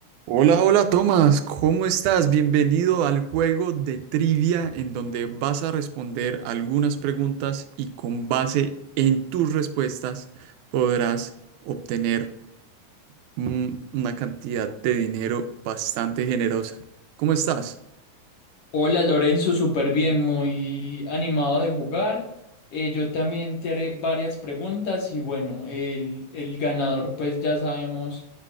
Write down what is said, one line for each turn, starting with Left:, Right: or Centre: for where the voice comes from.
Right: Hola, hola Tomás, ¿cómo estás? Bienvenido al juego de trivia en donde vas a responder algunas preguntas y con base en tus respuestas podrás obtener mm, una cantidad de dinero bastante generosa. ¿Cómo estás?
Left: Hola Lorenzo, súper bien, muy animado de jugar. Eh, yo también te haré varias preguntas y bueno, el, el ganador pues ya sabemos